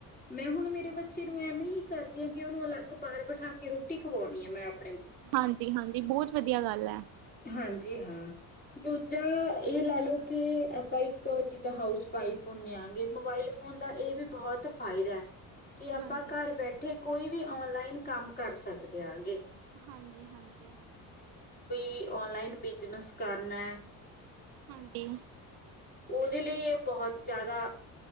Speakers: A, on the left (about 25°); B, on the right (about 85°).
A: ਮੈਂ ਹੁਣ ਮੇਰੇ ਬੱਚੇ ਨੂੰ ਐਵੇਂ ਈ ਕਰਦੀ ਆ ਕੀ ਓਨੂੰ ਅਲੱਗ ਬਾਹਰ ਬਠਾ ਕੇ ਰੋਟੀ ਖਵਾਉਣੀ ਐ ਮੈਂ ਆਪ
B: ਹਾਂਜੀ-ਹਾਂਜੀ ਬੋਤ ਵਧੀਆ ਗੱਲ ਐ।
A: ਹਾਂਜੀ ਹਾਂ ਦੂਜਾ ਏਹ ਲਾ ਲੌ ਕਿ ਆਪਾਂ ਇੱਕ ਜਿੱਦਾਂ ਹਾਊਸ ਵਾਈਫ ਹੁੰਨੇ ਆ ਗੇ ਮੋਬਾਈਲ ਫੋਨ ਦਾ ਏ ਵੀ ਬਹੁਤ ਫਾਇਦਾ। ਕਿ ਆਪਾਂ
B: ਹਾਂਜੀ
A: ਘਰ ਬੈਠੇ ਕੋਈ ਵੀ ਓਨਲਾਈਨ ਕੰਮ ਕਰ ਸਕਦੇ ਆਗੇ।
B: ਹਾਂਜੀ-ਹਾਂਜੀ,
A: ਕੀ ਔਨਲਾਈਨ ਬਿਜਨਸ ਕਰਨਾ।
B: ਹਾਂਜੀ।
A: ਓਦੇ ਲਈ ਏ ਬਹੁਤ ਜ਼ਿਆਦਾ